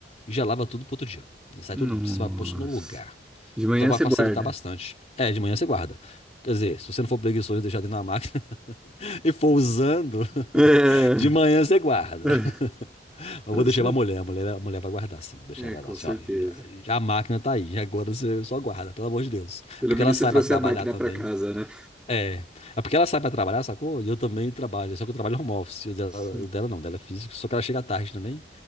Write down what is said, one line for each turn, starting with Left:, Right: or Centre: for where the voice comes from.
Left: e já lava tudo pro outro dia. E sai
Centre: Nossa.
Left: tudo limpo, você vai pôr só no lugar.
Centre: De manhã
Left: Então vai
Centre: você
Left: facilitar
Centre: guarda.
Left: bastante. É, de manhã você guarda. Quer dizer, se você não for preguiçoso e deixar dentro da máquina <laughs> e for usando,
Centre: É.
Left: <laughs> de manhã você guarda.
Centre: <laughs> É,
Left: <laughs> Eu
Centre: eu
Left: vou deixar
Centre: sei.
Left: pra mulher, a mulher, a mulher vai guardar, sim. Vou deixar
Centre: É,
Left: pra
Centre: com
Left: ela assim,
Centre: certeza.
Left: ó. Já, já a máquina tá aí, já agora você só guarda, pelo amor de Deus.
Centre: Pelo
Left: É porque
Centre: menos
Left: ela sai
Centre: você trouxe
Left: pra trabalhar
Centre: a máquina
Left: também.
Centre: para casa, né?
Left: É. É porque ela sai pra trabalhar, sacou? E eu também trabalho, só que eu trabalho home office. O dela,
Centre: Sim.
Left: o dela não, o dela é físico, só que ela chega tarde também.